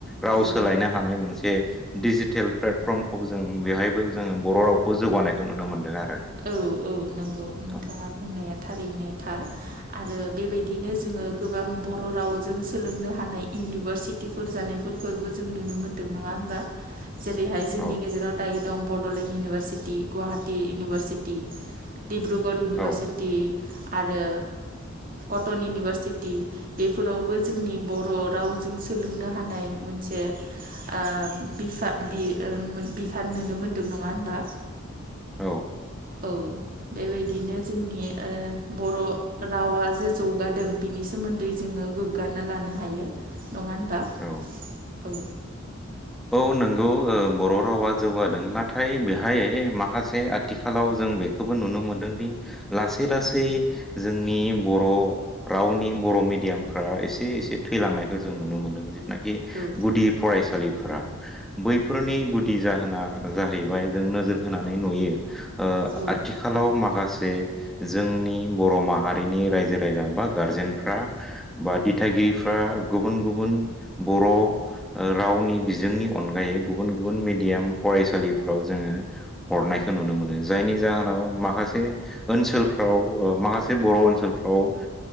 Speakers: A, in the centre; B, on the right (about 40°).
A: राव
B: हानाय
A: सोलायनो हानाय मोनसे दिडिजिटेल प्लेटफर्मखौबो जों बेवहायबो जोङो बर रावखौ जौगानायखौ नुनो मोन्दों आरो।
B: औ औ नंगौ नोंथाङा
A: औ
B: बुंनाया थारैनो थार। आरो बेबायदिनो जोङो गोबां बर रावजों सोलोंनो हानाय इउनिभारसिटिफोर जानायफोरखौबो जों नुनो मोनदों नङा होनबा जेरैहाय जोंनि
A: औ
B: गेजेराव दायो दं। बडलेण्ड इउनिभारसिटि, गुवाहाटिी इउनिभारसिटि, डिब्रुगड़ इउनिभारसिटि
A: औ
B: आरो ओ कटन इउनिभारसिटि बेफोरावबो जोंनि बर राव जों सोलोंनो हानाय मोनसे आ बिफा बि ओ बिफान नुनो मोनदों नङा होनबा।
A: औ
B: औ बेबायदिनो जोंनि ओ बर रावा जे जौगादों बिनि सोमोन्दै जोङो गोग्गाना लानो हायो नङा होनबा।
A: औ
B: औ
A: औ नोंगौ ओ बर रावा जौगादों नाथाय बेहाय माखासे आथिखालाव जों बे खौबो नुनो मोनदोंदि लासै-लासै जोंनि बर रावनि बर मिडियामफ्रा एसे एसे थैलांनायखौ जों नुनो मोनदों। नाखि
B: औ
A: गुदि फरायसालिफोरा बैफोरनि गुदि जाहोना जाहैबाय जों नोजोर होनानै नुयो ओ
B: औ
A: आथिखालाव माखासे जोंनि बर माहारिनि रायजो राजा बा गारजेनफ्रा बा दिथागिरिफ्रा गुबुन गुबुन बर' रावनि बिजोंनि अनगायै गुबुन गुबुन मेडियाम फरायसालिफ्राव जोङो हरनाय खौ नुनो मोनो जायनि जाहोनाव माखासे ओनसोलफ्राव ओ माखासे बर' ओनसोलफ्राव ओ